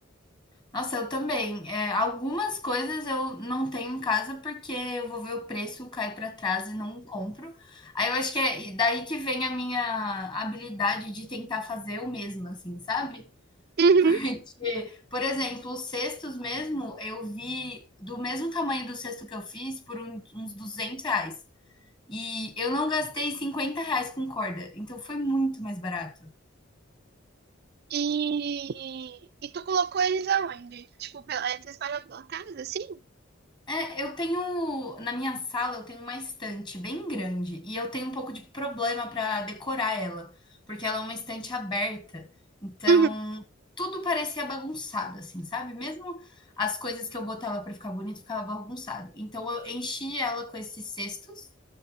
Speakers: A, on the left; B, on the right.
A: Nossa, eu também. É, algumas coisas eu não tenho em casa porque eu vou ver o preço, cai para trás e não compro. Aí eu acho que é daí que vem a minha habilidade de tentar fazer eu mesma, assim, sabe?
B: Uhum.
A: <laughs> Porque, por exemplo, os cestos mesmo, eu vi do mesmo tamanho do cesto que eu fiz por um- uns 200 reais. E eu não gastei 50 reais com corda, então foi muito mais barato.
B: E, e tu colocou eles aonde? Tipo, pela, entre as casa, assim?
A: É, Eu tenho, na minha sala, eu tenho uma estante bem grande e eu tenho um pouco de problema para decorar ela, porque ela é uma estante aberta. Então,
B: Uhum.
A: tudo parecia bagunçado, assim, sabe? Mesmo as coisas que eu botava para ficar bonito ficava bagunçado. Então, eu enchi ela com esses cestos.